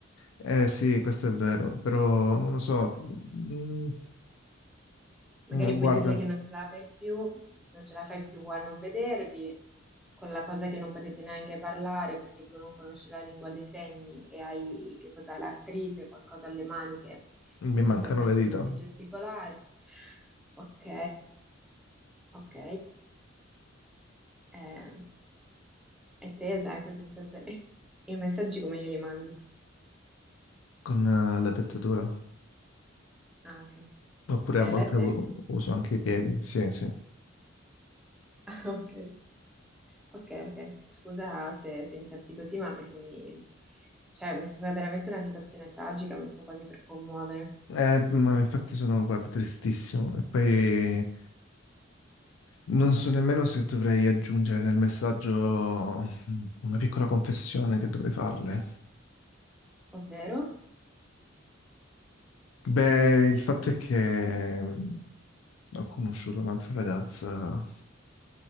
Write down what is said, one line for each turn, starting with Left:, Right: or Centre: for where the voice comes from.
Left: eh, sì, questo è vero, però non lo so. mm,
Centre: magari
Left: mm,
Centre: puoi
Left: guarda,
Centre: dirle che non ce la fai più, non ce la fai più a non vedervi, con la cosa che non potete neanche parlare perché tu non conosci la lingua dei segni e hai, che cos'hai, l'artrite, qualcosa alle mani che
Left: mi
Centre: non
Left: mancano
Centre: ti permettono
Left: le dita
Centre: di gesticolare. Ok, ok. Eh, e te sai questa situazione? <laughs> I messaggi come glieli mandi?
Left: con eh, la dettatura.
Centre: Ah, ok.
Left: Oppure
Centre: E
Left: a
Centre: le
Left: volte
Centre: lettere?
Left: u- uso anche i piedi. Sì, sì.
Centre: <laughs> Ok, ok, ok. Scusa se, se mi senti così, ma perché mi, cioè, mi sembra veramente una situazione tragica, mi sto quasi per commuovere.
Left: Eh, ma infatti sono, guarda, tristissimo. E poi non so nemmeno se dovrei aggiungere nel messaggio mm, una piccola confessione che dovrei farle.
Centre: Ovvero?
Left: Beh, il fatto è che mh, ho conosciuto un'altra ragazza